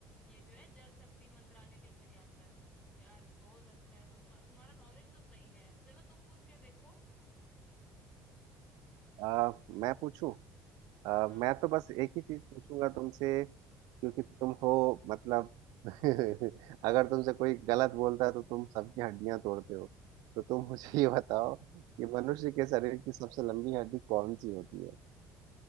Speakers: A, on the left (about 15°); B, on the right (about 75°).
A: ये जो है जल शक्ति मंत्रालय के अंदर ही आता है यार बहुत अच्छा है तुम तुम्हारा नॉलेज तो सही है चलो तुम पूछ के देखो
B: आ, मैं पूछूं अ,
A: हाँ
B: मैं तो बस एक ही चीज पूछूंगा तुमसे क्योंकि तुम हो मतलब <laughs> अगर तुमसे कोई गलत बोलता है तो तुम सबकी हड्डियां तोड़ते हो तो तुम मुझे
A: हाँ
B: ये बताओ कि मनुष्य के शरीर की सबसे लंबी हड्डी कौन सी होती है